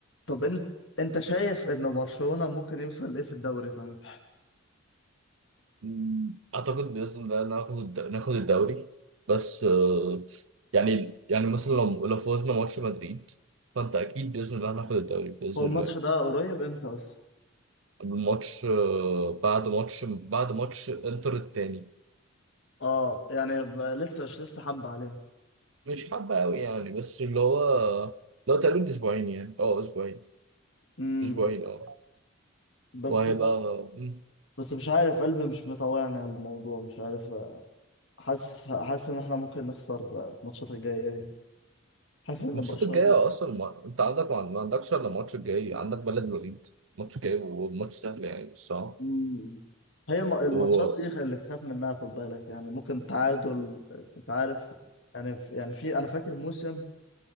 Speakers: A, on the left (about 65°); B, on the right (about 75°).
A: طب انت انت شايف ان برشلونة ممكن يوصل ايه في الدوري طيب
B: مم. اعتقد باذن الله ناخد ناخد الدوري بس آه، يعني يعني مثلا لو لو فوزنا ماتش مدريد فانت اكيد باذن الله هناخد الدوري باذن
A: هو الماتش
B: الله
A: ده قريب امتى اصلا
B: الماتش آه، بعد ماتش بعد ماتش انتر التاني
A: اه يعني ب- لسه مش لسه حمد عليها
B: مش حابه قوي يعني بس اللي هو لو تقريبا اسبوعين يعني اه اسبوعين
A: امم
B: اسبوعين اه
A: بس
B: وهيبقى مم.
A: بس مش عارف قلبي مش مطوعني على الموضوع مش عارف حاسس حاسس ان احنا ممكن نخسر الماتشات الجاية دي حاسس ان
B: الماتشات
A: برشلونة
B: الجايه اصلا ما... انت عندك ما ما عندكش الا الماتش الجاي عندك بلد الوليد ماتش جاي وماتش سهل يعني الصراحه
A: مم. هي الم- الماتشات
B: و...
A: دي اللي تخاف منها خد بالك يعني ممكن تعادل انت عارف يعني في يعني في انا فاكر موسم